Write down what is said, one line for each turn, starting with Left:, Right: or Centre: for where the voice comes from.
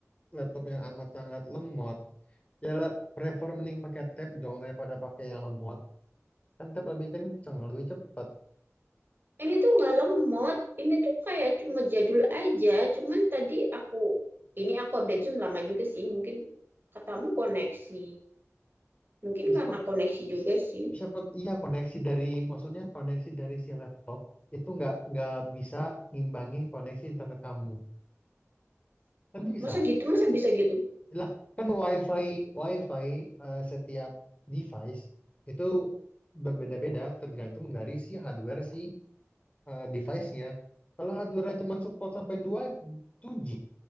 Left: laptop yang amat sangat lemot, ya lah, prefer mending pakai tab dong daripada pakai yang lemot. Kan tab lebih kenceng, lebih cepat.
Right: Ini tuh nggak lemot, ini tuh kayak cuma jadul aja. Cuman tadi aku, ini aku update Zoom lama juga sih. Mungkin katamu koneksi, mungkin
Left: Bisa
Right: karena
Left: pak,
Right: koneksi juga sih.
Left: bisa pak- iya koneksi dari maksudnya koneksi dari si laptop itu nggak nggak bisa ngimbangin koneksi internet kamu. Kan bisa.
Right: Masa gitu, masa bisa gitu?
Left: Lah, kan WiFi WiFi eh, setiap device itu berbeda-beda tergantung dari si hardware si eh, device-nya. Kalau hardware cuma support sampai dua 2G,